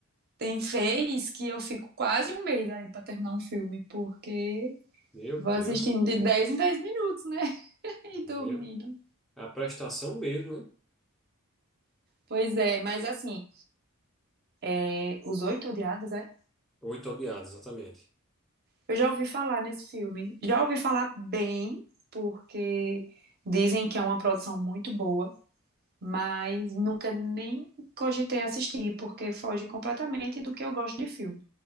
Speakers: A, on the right; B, in the centre.
A: Tem vez que eu fico quase um mês aí pra terminar um filme, porque
B: meu
A: Vou
B: Deus,
A: assistindo de 10 em 10 minutos, né? <laughs> E
B: meu,
A: dormindo.
B: a prestação mesmo, né?
A: Pois é, mas assim, é, Os Oito Odiados, é?
B: Oito odiados, exatamente.
A: Eu já ouvi falar nesse filme. Já ouvi falar bem, porque dizem que é uma produção muito boa, mas nunca nem cogitei assistir, porque foge completamente do que eu gosto de filme.